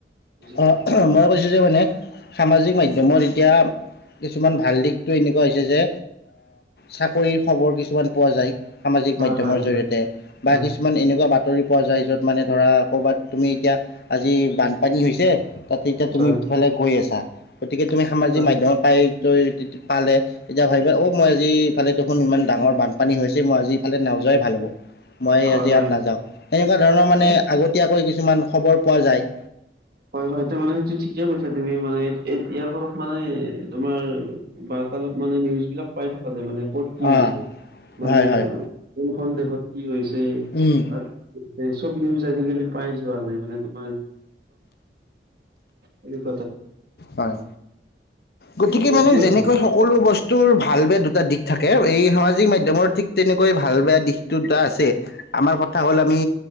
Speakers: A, on the right; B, on the left.
A: বুজি পোৱা
B: অ'
A: নাই
B: মই কৈছোঁ যে মানে সামাজিক মাধ্যমত এতিয়া কিছুমান ভাল দিশটো এনেকুৱা হৈছে যে চাকৰিৰ খবৰ কিছুমান পোৱা যায় সামাজিক মাধ্যমৰ
A: হয় হয়
B: জৰিয়তে বা
A: হয়
B: কিছুমান এনেকুৱা বাতটা বাতৰি পোৱা যায় যত মানে ধৰা কৰ'বাত তুমি এতিয়া আজি বানপানী হৈছে তেতিয়া তুমি
A: হয়
B: সিফালে গৈ আছা গতিকে তুমি সামাজিক
A: হয়
B: মাধ্যমৰ পাই ত পালে তেতিয়া ভাবিবা অঁ মই আজি ইফালে দেখোন ইমান ডাঙৰ বানপানী হৈছে মই আজি ইফালে নাযোৱাই ভাল হ'ব। মই
A: হয়
B: আজি ইয়াত
A: হয়
B: নাযাও এনেকুৱা ধৰণৰ মানে
A: হয়
B: আগতীয়াকৈ কিছুমান খবৰ পোৱা যায়।
A: হয় হয় সেইটো মানে সেইটো ঠিকে কৈছা তুমি মানে ইয়াৰ ফলত মানে তোমাৰ বা অলপ মানে নিউজ বিলাক পাই থকা যায় মানে ক'ত কি হৈছে,
B: অঁ
A: মানে
B: হয় হয়
A: কোনখন দেশত কি হৈছে
B: উম
A: তাত কি এ চব নিউজ আজিকালি পাই যোৱা যায় মানে তোমাৰ <unintelligible>
B: হয় গতিকে
A: সেইটোৱে
B: মানে যেনেকৈ
A: আৰু
B: সকলো বস্তু <unintelligible> ভাল বেয়া দুটা দিশ থাকে এই সামাজিক মাধ্যমৰ ঠিক তেনেকৈ ভাল বেয়া দিশটো দুটা আছে। আমাৰ কথা হ'ল আমি